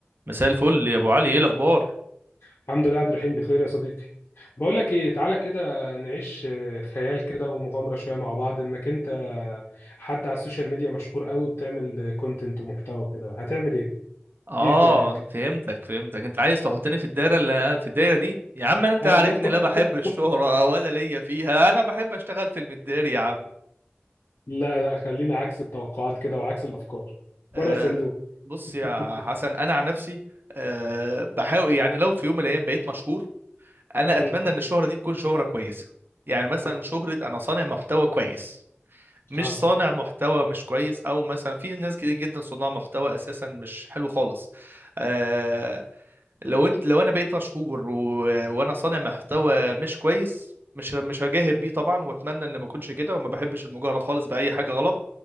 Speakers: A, on the right; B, on the left.
A: مساء الفل يا ابو علي ايه الاخبار
B: الحمد لله يا عبد الرحيم بخير يا صديقي بقول لك ايه تعالى كده نعيش آه، خيال كده ومغامره شويه مع بعض انك انت حد على السوشيال ميديا مشهور قوي وبتعمل كونتنت ومحتوى كده هتعمل ايه
A: اه
B: ايه في بالك
A: فهمتك فهمتك انت عايز تحطني في الدايره اللي في الدايره دي يا عم انت
B: اه
A: عارفني
B: <laughs>
A: لا بحب الشهره ولا ليا فيها انا بحب اشتغل في المداري يا عم
B: لا لا خلينا عكس التوقعات كده وعكس الافكار بره
A: آه
B: الصندوق
A: بص
B: <laughs>
A: يا حسن انا عن نفسي آه بحاول يعني لو في يوم من الايام بقيت مشهور انا
B: مم.
A: اتمنى ان الشهره دي تكون شهره كويسه يعني مثلا شهره انا صانع محتوى كويس مش
B: اه
A: صانع محتوى مش كويس او مثلا في ناس كتير جدا صناع محتوى اساسا مش حلو خالص آه، لو انت لو انا بقيت مشهور و... وانا صانع محتوى مش كويس مش مش هجاهر بيه طبعا واتمنى ان ما اكونش كده وما بحبش المجاهره خالص باي حاجه غلط